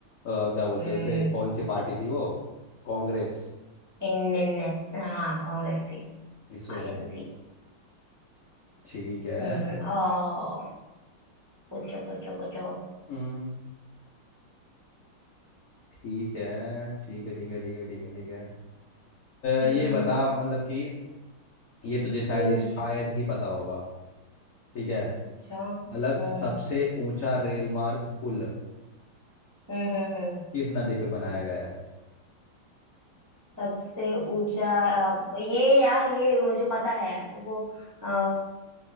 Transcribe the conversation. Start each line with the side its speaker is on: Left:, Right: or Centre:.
Left: अ, क्या बोलते
Right: हम्म
Left: हैं उसे कौन सी पार्टी थी वो कांग्रेस
Right: इंडियन नेशनल हाँ कांग्रेस थी
Left: इस वजह
Right: आईएनसी
Left: से ठीक है
Right: हम्म ओ पूछो पूछो पूछो
Left: हम्म ठीक है ठीक है ठीक है ठीक है ठीक है ठीक है
Right: हम्म
Left: अ, ये बता मतलब कि ये तुझे शायद
Right: हम्म
Left: ही शायद ही पता होगा ठीक है
Right: अच्छा
Left: मतलब
Right: हम्म
Left: सबसे ऊंचा रेल मार्ग पुल
Right: हम्म हम्म
Left: किस नदी पे बनाया गया है
Right: सबसे ऊंचा अ, ये यार ये मुझे पता है वो अ,